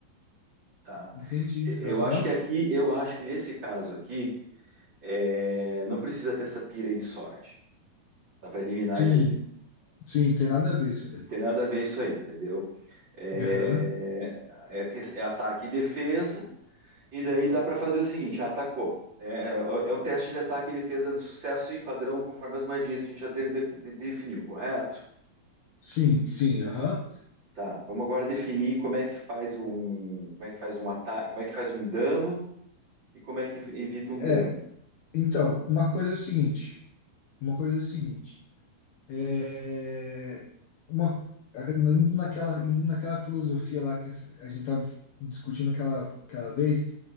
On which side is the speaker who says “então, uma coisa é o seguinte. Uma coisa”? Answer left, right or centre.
Left